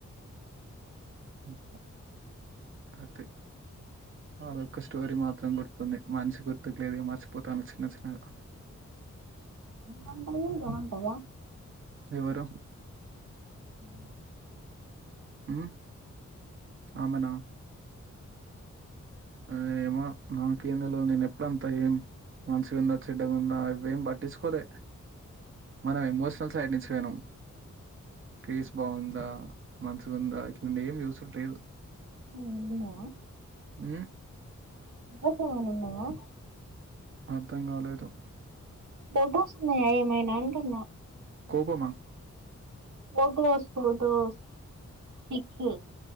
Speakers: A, on the right; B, on the right.
A: అట్ల అదే అదొక స్టోరి మాత్రం గుర్తు కుంది మనిషి గుర్తుకు లేదుగా మర్చిపోతాను చిన్న చిన్నగా
B: నిమ్మంగుళూరు బావుంటదా
A: ఎవరు
B: అ
A: మ్మ్ ఆమేనా ఆ ఏమొ నాకేమ్ తెల్వదు నేనప్పుడంతా ఏం మంచిగుందా చెడ్డగాందా ఇవేం పట్టించుకోలే మనం ఎమోషనల్ సైడ్ నుంచి పోయినాం ఫేస్ బాగుందా మంచిగుందా ఇప్పుడునేం చూసుడు లేదు
B: నువ్ ఉన్నవా
A: ఉమ్
B: <unintelligible> మున్నవా
A: అర్థం కాలేదు
B: బొగొస్తున్నాయా ఏమైనాంటున్నా
A: కోపమా
B: ఫొటోస్ ఫొటోస్. ఫిక్స్